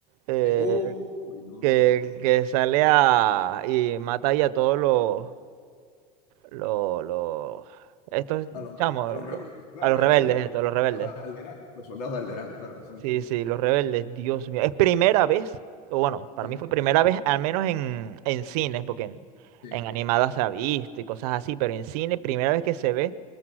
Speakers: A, on the right; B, on the left.
A: eh,
B: Sí. Uy, no.
A: que, que sale a, y mata ahí a todos los, los, los- estos
B: A los, re-
A: chamos,
B: a los
A: los-
B: rebeldes, claro,
A: a los
B: eh,
A: rebeldes,
B: son
A: esto, a los rebeldes.
B: a los de Alderaan, los soldados de Alderaan, claro, son
A: Sí, sí, los rebeldes, Dios mío. Es primera vez, o bueno, para
B: sí,
A: mí fue primera vez, al menos en, en cines, porque en,
B: sí.
A: en animadas se ha visto y cosas así, pero en cine, primera vez que se ve